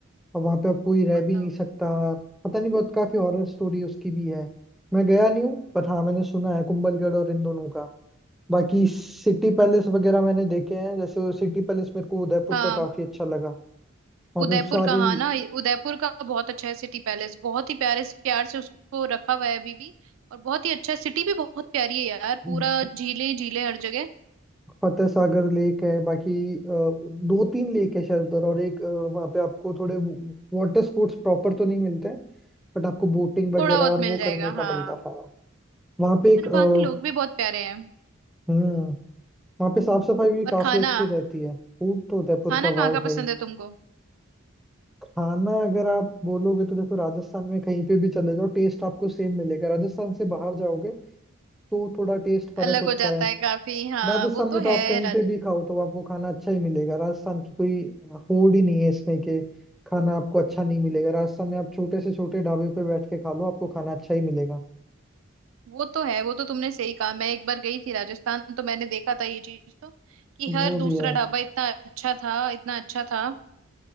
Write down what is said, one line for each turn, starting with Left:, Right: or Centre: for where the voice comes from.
Centre: और वहां पे अब कोई रह
Right: बताओ
Centre: भी नहीं सकता पता नहीं बहुत काफी हॉरर स्टोरी उसकी भी है मैं गया नहीं हूँ बट हाँ मैंने सुना है कुंभलगढ़ और इन दोनों का बाकी सिटी पैलेस वगैरह मैंने देखे हैं जैसे सिटी पैलेस मेरे को उदयपुर
Right: हाँ
Centre: का काफी अच्छा लगा वहाँ
Right: उदयपुर
Centre: पे सारी
Right: का हाँ ना उदयपुर का बहुत अच्छा है सिटी पैलेस बहुत ही प्यारे से प्यार से उसको रखा हुआ है अभी भी और बहुत ही अच्छा है। सिटी भी बहुत प्यारी है यार पूरा
Centre: हम्म
Right: झीलें ही झीलें हर जगह
Centre: फतेह सागर लेक है बाकी अ, दो तीन लेक है शायद उधर और एक वहां पे आपको थोड़े वाटर स्पोर्ट्स प्रॉपर तो नहीं मिलते हैं बट आपको बोटिंग वगैरह
Right: थोड़ा बहुत
Centre: और
Right: मिल
Centre: वो
Right: जाएगा
Centre: करने का
Right: हाँ
Centre: मिलता है हाँ, वहाँ पे एक
Right: और
Centre: अ,
Right: वहाँ के लोग भी बहुत प्यारे हैं
Centre: हम्म वहाँ पे साफ सफाई भी
Right: और
Centre: काफी
Right: खाना
Centre: अच्छी रहती है फूड तो उदयपुर
Right: खाना
Centre: का
Right: कहाँ
Centre: वाव
Right: का पसंद
Centre: है ही
Right: है तुमको
Centre: खाना अगर आप बोलोगे तो देखो राजस्थान में कहीं पे भी चले जाओ टेस्ट आपको सेम मिलेगा राजस्थान से बाहर जाओगे तो थोड़ा टेस्ट फर्क
Right: अलग
Centre: होता
Right: हो जाता
Centre: है
Right: है काफी हाँ
Centre: राजस्थान
Right: वो तो
Centre: में तो
Right: है
Centre: आप कहीं
Right: राज
Centre: पे भी खाओ तो आपको खाना अच्छा ही मिलेगा राजस्थान की कोई होड़ ही नहीं है इसमें कि खाना आपको अच्छा नहीं मिलेगा राजस्थान में आप छोटे से छोटे ढाबे पे बैठ के खा लो आपको खाना अच्छा ही मिलेगा
Right: वो तो है वो तो तुमने सही कहा मैं एक बार गई थी राजस्थान तो मैंने देखा था ये चीज तो कि हर
Centre: वो
Right: दूसरा
Centre: भी है
Right: ढाबा इतना अच्छा था इतना अच्छा था